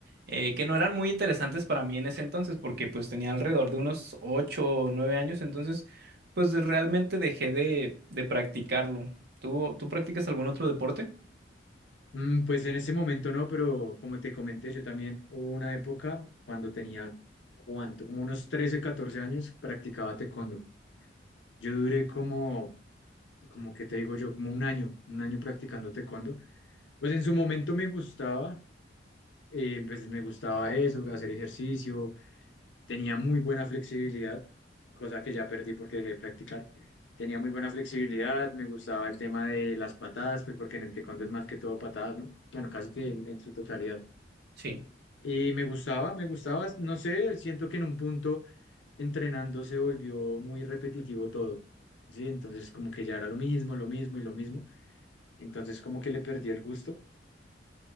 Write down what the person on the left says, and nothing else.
Mm, pues en ese momento no, pero como te comenté, yo también hubo una época cuando tenía, ¿cuánto? Como unos 13 14 años, practicaba taekwondo. Yo duré como, como que te digo yo, como un año, un año practicando taekwondo. Pues en su momento me gustaba, eh, pues me gustaba eso, hacer ejercicio, tenía muy buena flexibilidad, cosa que ya perdí porque dejé de practicar. Tenía muy buena flexibilidad, me gustaba el tema de las patadas, pues porque en el taekwondo es más que todo patadas, ¿no? Bueno, casi que en, en su totalidad.
Y me gustaba, me gustaba, no sé, siento que en un punto entrenando se volvió muy repetitivo todo, ¿sí? Entonces como que ya era lo mismo, lo mismo y lo mismo, entonces como que le perdí el gusto,